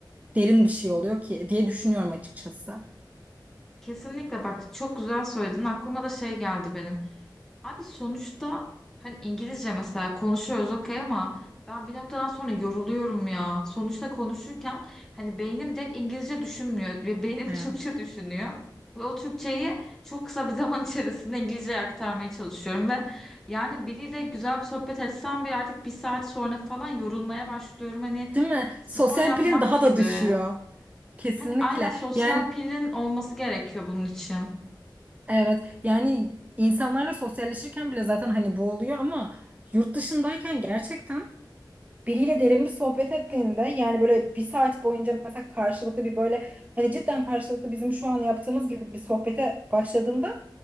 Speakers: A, on the right; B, in the centre.
A: derin bir şey oluyor ki diye düşünüyorum açıkçası.
B: Kesinlikle bak çok güzel söyledin. Aklıma da şey geldi benim. Abi sonuçta hani İngilizce mesela konuşuyoruz okey ama ben bir noktadan sonra yoruluyorum ya. Sonuçta konuşurken hani beynim direkt İngilizce düşünmüyor ve beynim
A: Evet.
B: <laughs> Türkçe düşünüyor. Ve o Türkçeyi çok kısa bir zaman içerisinde İngilizceye aktarmaya çalışıyorum ve yani biriyle güzel bir sohbet etsem bile artık bir saat sonra falan yorulmaya başlıyorum. Hani
A: Değil mi?
B: spor
A: Sosyal
B: yapmak
A: pilin daha
B: gibi.
A: da düşüyor. Kesinlikle.
B: Hani aynen sosyal
A: Yani
B: pilin olması gerekiyor bunun için.
A: evet yani insanlarla sosyalleşirken bile zaten hani bu oluyor ama yurt dışındayken gerçekten biriyle derin bir sohbet ettiğinde yani böyle bir saat boyunca mesela karşılıklı bir böyle hani cidden karşılıklı bizim şu an yaptığımız gibi bir sohbete başladığında